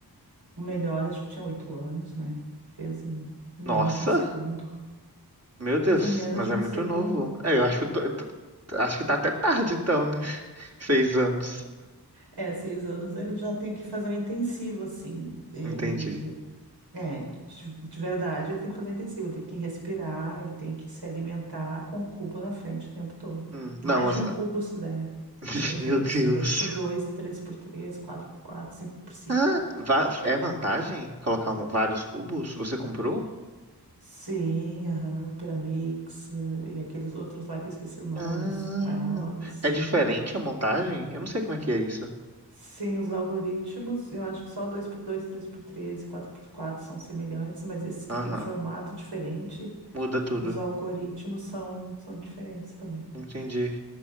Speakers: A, on the right; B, on the right.
A: o melhor acho que tinha oito anos, né? Fez em menos
B: Nossa,
A: de um segundo.
B: meu Deus,
A: Fez em menos
B: mas
A: de
B: é
A: um
B: muito
A: segundo.
B: novo. É, eu acho que eu tô- eu tô- acho que tá até tarde então, né? <laughs> Seis anos.
A: É, seis anos ele já tem que fazer um intensivo, assim. Ele
B: Entendi.
A: É, de, de verdade, ele tem que fazer intensivo, ele tem que respirar, ele tem que se alimentar com o cubo na frente o tempo todo.
B: Hum, não,
A: Mais
B: mas
A: de um cubo se der,
B: <laughs>
A: de preferência.
B: meu Deus.
A: Dois por dois, três por três, quatro por quatro, cinco por cinco.
B: Ah, va- é vantagem colocar um- vários cubos? Você comprou?
A: Sim, aham, Pyramix eh, e aqueles outros lá que eu esqueci os nomes,
B: Ah,
A: maiores.
B: é diferente a montagem? Eu não sei como é que é isso.
A: Sem os algoritmos, eu acho que só o dois por dois, três por três, e 4x4 são semelhantes, mas esses que
B: Aham.
A: têm formato diferente,
B: Muda tudo.
A: os algoritmos são, são diferentes também.
B: Entendi.